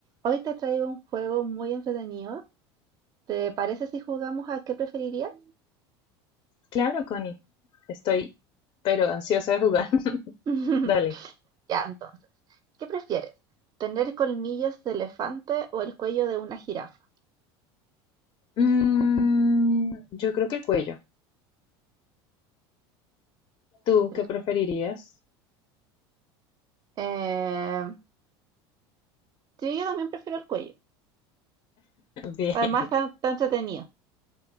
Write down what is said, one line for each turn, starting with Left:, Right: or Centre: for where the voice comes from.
Right: Hoy te traigo un juego muy entretenido. ¿Te parece si jugamos a qué preferirías?
Left: Claro, Connie. Estoy, pero ansiosa de jugar. <laughs>
Right: <laughs>
Left: Dale.
Right: Ya, entonces, ¿qué prefieres? ¿Tener colmillos de elefante o el cuello de una jirafa?
Left: Mm, yo creo que el cuello. ¿Tú
Right: El-
Left: qué preferirías?
Right: Eh, sí, yo también prefiero el cuello.
Left: <laughs> Bien.
Right: Además, está, está entretenido.